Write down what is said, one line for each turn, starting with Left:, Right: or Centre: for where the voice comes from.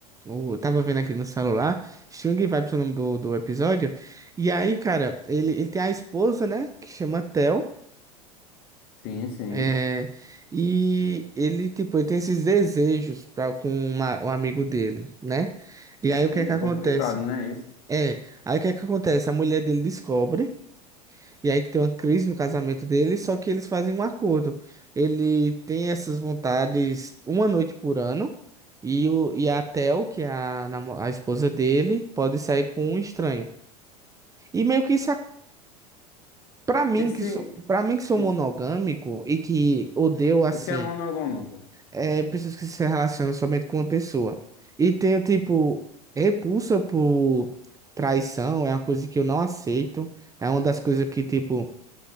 Right: o, o- tava vendo aqui no celular, String Vipers é o nome do, do episódio, e aí, cara, ele, ele tem a esposa, né, que chama Tel,
Left: Sim, sim.
Right: é, e ele, tipo, ele tem esses desejos pra, com uma, um amigo dele, né, e aí
Left: É
Right: o que
Left: meio
Right: é que acontece?
Left: complicado, né? Isso.
Right: É, aí o que é que acontece? A mulher dele descobre, e aí que tem uma crise no casamento dele, só que eles fazem um acordo. Ele tem essas vontades uma noite por ano, e, o, e a Tel, que é a, namo- a esposa dele, pode sair com um estranho. E meio que isso. ac- Pra mim
Left: E sim,
Right: que sou, para mim que sou
Left: isso,
Right: monogâmico e que odeio assim,
Left: o que é monogâmico?
Right: é pessoas que se relacionam somente com uma pessoa. E tenho tipo repulsa por traição, é uma coisa que eu não aceito. É uma das coisas que tipo